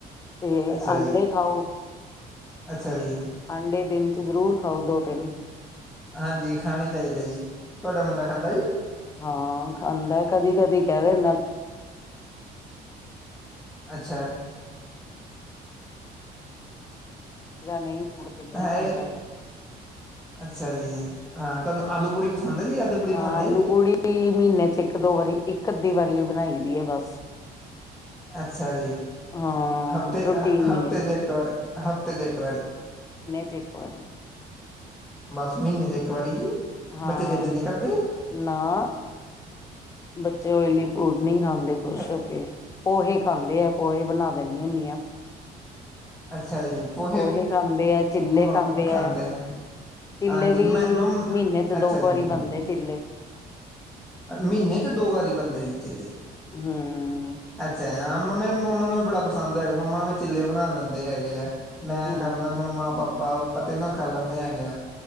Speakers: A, on the left; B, in the centre.
A: ਤੇ
B: ਅੱਛਾ
A: ਆੰਡੇ
B: ਜੀ
A: ਖਾਓ
B: ਅੱਛਾ ਜੀ
A: ਅਡੇ ਦਿਨ ਜ਼ਰੂਰ ਖਾਓ। ਦੋ, ਤਿੰਨ
B: ਹਾਂਜੀ ਖਾਣੇ ਚਾਹੀਦੇ ਜੀ ਤੁਹਾਡਾ ਮੁੰਡਾ ਖਾਂਦਾ ਜੀ
A: ਹਾਂ, ਖਾਂਦਾ। ਕਦੀ -ਕਦੀ ਕਹਿ ਦਿੰਦਾ।
B: ਅੱਛਾ।
A: ਨਹੀਂ ਮੁੜ ਕੇ ਨਹੀਂ
B: ਹੈ
A: ਖਾਂਦਾ
B: ।ਅੱਛਾ ਜੀ, ਹਾਂ, ਤਹਾਨੂੰ ਆਲੂ, ਪੁੜੀ ਪਸੰਦ ਹੈ ਜੀ ਆਲੂ ਪੂੜੀ
A: ਹਾਂ
B: ਬਣਾਉਂਦੇ
A: ।ਆਲੂ,
B: ਆ ਜੀ
A: ਪੂੜੀ ਮਹੀਨੇ ਚ ਇੱਕ -ਦੋ ਵਾਰੀ ਇੱਕ ਅੱਧੀ ਵਾਰੀ ਉਹ ਬਣਾਈ ਦੀ ਹੈ ।ਬਸ
B: ਅੱਛਾ ਜੀ
A: ਹਾਂ
B: ।ਹਫ਼ਤੇ-
A: ਰੂਟੀਨ
B: ਹਫ਼ਤੇ
A: ਨੀ ਹੈ
B: ਦੇ ਇੱਕ ਵਾਰ ਹਫ਼ਤੇ ਦੇ ਇੱਕ ਵਾਰੀ
A: ਜੇ ਇੱਕ ਵਾਰੀ
B: ਬਸ ਮਹੀਨੇ ਚ ਇੱਕ ਵਾਰੀ ਜੀ
A: ਹਾਂ,
B: ਬੱਚੇ ਜਿੱਦ ਨਹੀਂ ਕਰਦੇ
A: ਨਾ, ਬੱਚੇ ਓਇਲੀ <inaudible> ਹੂੰ। ਨ ਖਾਂਦੇ ਖੁਸ਼
B: ਅ
A: ਹੋ ਕੇ, ਪੋਹੇ ਖਾਂਦੇ ਹੈ ।ਪੋਹੇ ਬਣਾ ਦੇਦੇ ਦੀ ਹੁੰਦੀ ਹ
B: ਅੱਛਾ ਜੀ ਪੋਹੇ
A: ਓਹੀ
B: ਬ
A: ਖਾਂਦੇ ਹੈ, ਚਿੱਲੇ
B: ਮ
A: ਖਾਂਦੇ ਹੈ,
B: ਆ
A: ਚਿੱਲੇ
B: ਹਾਂਜੀ
A: ਵੀ
B: ਮੈਂ ਮਮ
A: ਮਹੀਨੇ ਚ
B: ਅੱਛਾ
A: ਦੋ ਕੁ
B: ਜੀ
A: ਵਾਰੀ ਬਣਦੇ ਚਿੱਲੇ।
B: ਮਹੀਨੇ ਚ ਦੋ ਵਾਰੀ ਬੰਦੇ ਜੀ ਚਿੱਲੇ।
A: ਹਮ
B: ਅੱਛਾ, ਹਾਂ, ਮੰਮਾ- ਮੰਮਾ ਨੂੰ ਵੀ ਬੜਾ ਪਸੰਦ ਹੈਗਾ। ਮੰਮਾ ਵੀ ਚਿੱਲੇ ਬਣਾ ਲੈਂਦੇ ਹੈਗੇ ਆ। ਮੈਂ
A: ਹਮ
B: ਖਾਂਦਾ, ਮੰਮਾ- ਪਾਪਾ ਆਪਾਂ ਤੈਨੂੰ ਖਾ ਲੈਂਦੇ ਹੈਗੇ ਆ।